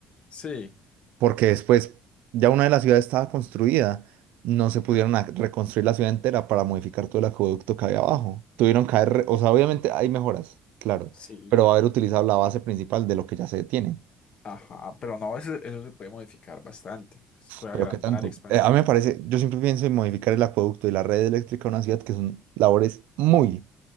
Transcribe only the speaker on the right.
porque después ya una de las ciudades estaba construida, no se pudieron
ac- reconstruir la ciudad entera para modificar todo el acueducto que había abajo. Tuvieron que haber, re- o sea, obviamente hay mejoras, claro,
pero haber utilizado la base principal de lo que ya se tiene.
Pero
qué tanto.
Eh, a mí me parece, yo siempre pienso en modificar el acueducto y la red eléctrica de una ciudad que son labores muy